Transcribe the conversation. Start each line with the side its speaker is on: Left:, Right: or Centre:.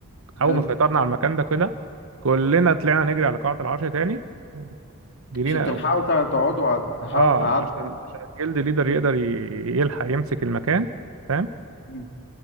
Right: اول
Left: حلو
Right: ما سيطرنا على المكان ده كده كلنا طلعنا نجري على قاعة العرش تاني جرينا
Left: عشان تلحقوا تع- تقعدوا على تحاولوا
Right: اه
Left: تعدوا
Right: عشان عشان الجلد ليدر يقدر ي- يلحق يمسك المكان فاهم
Left: مم.